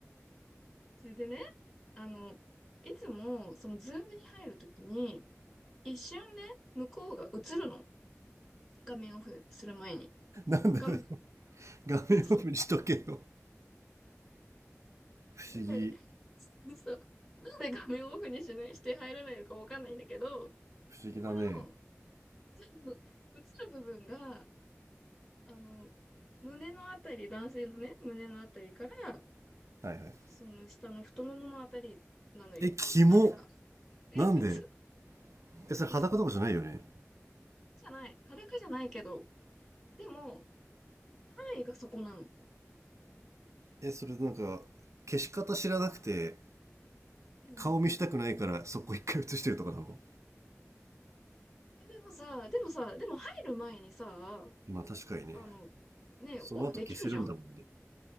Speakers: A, in the centre; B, on the right (about 70°).
A: それでね、あの、いつも、そのズームに入るときに、一瞬ね、向こうが映るの。画面オフする前に。
B: なんでだよ
A: 画面、<laughs>
B: <laughs> 画面オフにしとけよ
A: ちょっと、
B: 不思議
A: これそうそう。なんで画面オフにしない、して入らないのかわかんないんだけど、
B: 不思議だね
A: そこの、その、映る部分が、あの、胸のあたり、男性のね、胸のあたりから、
B: はいはい
A: その下の太もものあたりなのよ。
B: えキモ
A: なぜか。え、
B: なんで
A: <laughs> 嘘
B: え、それ裸とかじゃないよね
A: そうだ。じゃない。裸じゃないけど。でも、範囲がそこなの。
B: え、それなんか、消し方知らなくて、
A: うん。
B: 顔見したくないからそこ一回映してるとかなの
A: え、でもさ、でもさ、でも入る前にさ、
B: まあ確かにね。
A: あの、ね、
B: その後消せるんだもんね。
A: オフできるじゃん。